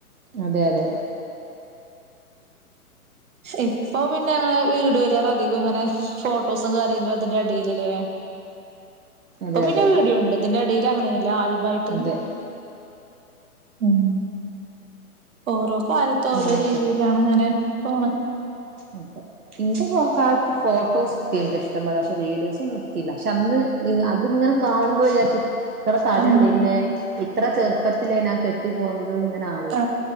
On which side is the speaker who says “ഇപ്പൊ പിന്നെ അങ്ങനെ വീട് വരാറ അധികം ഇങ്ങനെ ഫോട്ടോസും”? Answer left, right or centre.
Right